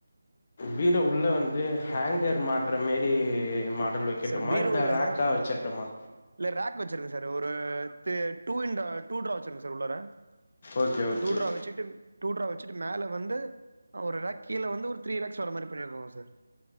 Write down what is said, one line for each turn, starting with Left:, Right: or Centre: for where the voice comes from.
Left: வீட உள்ள வந்து ஹேங்கர் மாட்ற மாரி மாடல் வை க்கெட்டுமா
Right: சார் பீரோ
Left: இந்த
Right: உள்ள
Left: ராக்கா
Right: ஹேங்க
Left: வச்சட்டுமா
Right: இல்ல ரே் வச்சிருங்க சார் ஒரு த டூ டூ ட்ரா வச்சுருங்க சார் உள்ளற
Left: ஓகே ஓகே
Right: டூ ட்ரா வச்சுட்டு டூ ட்ரா வச்சுட்டு மேலே வந்து ஒரு ராக் கீழ வந்து ஒரு த்ரீ ராக்ஸ் வர மாரி பண்ணிருக்கோ சார்